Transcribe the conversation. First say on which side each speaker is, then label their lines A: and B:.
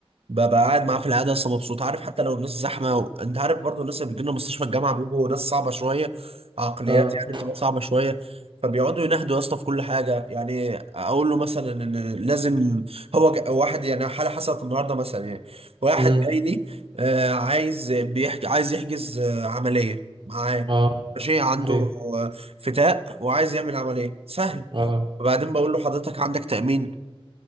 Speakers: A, on the right (about 75°); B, on the right (about 50°).
A: ببقى قاعد معاه في العياده اصلا مبسوط عارف حتى لو الناس زحمه و... انت عارف برضو الناس اللي بتجيلنا مستشفى الجامعه بيبقوا ناس صعبه شويه عقليات
B: اه
A: يعني بتبقى صعبه شويه فبيقعدوا ينهدوا يا اسطى في كل حاجه يعني اقول له مثلا ان لازم هو ج... واحد يعني حاله حصلت النهارده مثلا يعني واحد
B: امم
A: جاي لي آه، عايز بيحج... عايز يحجز آه، عمليه معاه
B: اه
A: ماشي عنده
B: ايوه
A: آه، فتاء وعايز يعمل عمليه سهل
B: اه
A: وبعدين بقول له حضرتك عندك تأمين